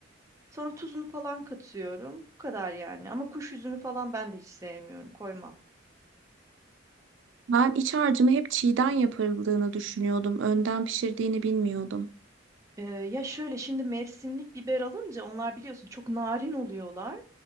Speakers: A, on the right; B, on the right.
A: Sonra tuzunu falan katıyorum. Bu kadar yani. Ama kuş üzümü falan ben de hiç sevmiyorum. Koymam.
B: Ben iç harcımı hep çiğden yapıldığını düşünüyordum. Önden pişirdiğini bilmiyordum.
A: Ee, ya şöyle şimdi mevsimlik biber alınca onlar biliyorsun çok narin oluyorlar.